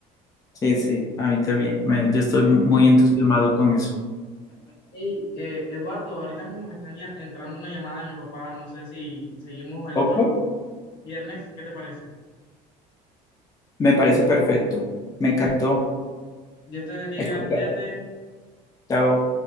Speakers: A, on the left; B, on the left.
A: Sí, sí, a mí también. Me- yo estoy
B: <laughs>
A: muy entusiasmado con eso.
B: Hey, eh, Eduardo, ahorita mismo me está ya- entrando una llamada de mi papá. No sé si seguimos el
A: ¿Poco?
B: otro viernes. ¿Qué te parece?
A: Me parece perfecto. Me
B: <laughs>
A: encantó
B: Dios te bendiga.
A: escuchar.
B: Cuídate.
A: Chao.